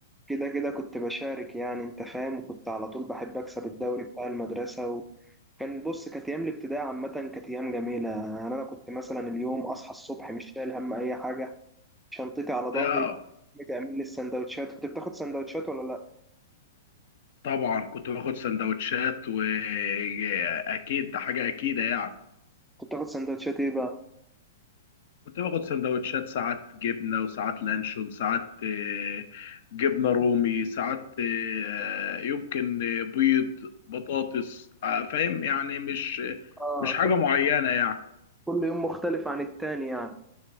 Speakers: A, in the centre; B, on the left.
A: كده كده كنت بشارك يعني انت فاهم وكنت على طول بحب اكسب الدوري بتاع المدرسه و... كان بص كانت ايام الابتدائي عامه كانت ايام جميله يعني انا كنت مثلا اليوم اصحى الصبح مش شايل هم اي حاجه شنطتي على ظهري
B: آه،
A: بتعمل لي السندوتشات كنت بتاخد سندوتشات ولا لا
B: طبعا كنت باخد سندوتشات وأكيد ده حاجة أكيدة يعني
A: كنت بتاخد سندوتشات ايه بقى
B: كنت باخد سندوتشات ساعات جبنة وساعات لانشون ساعات آه، جبنة رومي ساعات آه، يمكن آه، بيض بطاطس آه، فاهم يعني مش
A: اه
B: مش حاجة
A: كل
B: معينة يعني
A: كل يوم مختلف عن التاني يعني